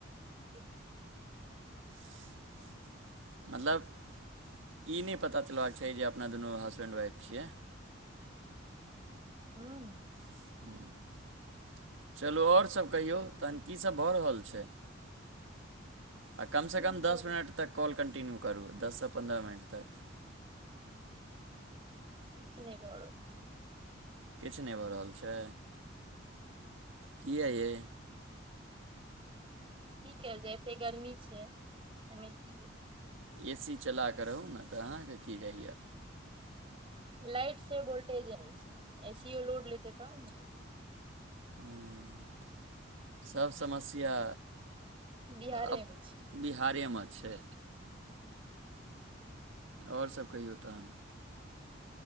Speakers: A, on the right (about 25°); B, on the right (about 75°).
A: हेतै
B: ह <unintelligible> मतलब ई नहि पता चलबाक चाही जे अपना दुनू हसबैंड वाइफ छियै
A: हूंम्म
B: <inaudible> चलू आओर सब कहियौ तहन की सब भऽ रहल छै आ कमसँ
A: किछु नहि
B: कम
A: भऽ
B: दस
A: रहल
B: मिनट
A: छै,
B: तक कॉल कन्टिन्यू करू, दससँ पन्द्रह मिनट तक
A: किछ नहि भऽ रहल छै
B: किछु नहि भऽ रहल छै, किये यै
A: की कैल जाय, एतेक गर्मी छै। एहिमे की
B: ए सी चला कऽ रहू ने तऽ अहाँके की जाइए
A: लाइट से वोल्टेज नहि छै, एसीओ लोड लेतै तहन ने
B: उंम्म सब समस्य या
A: बिहारे
B: अप
A: मे छै
B: बिहारेमे छै? ओर सब कहीयौ तहन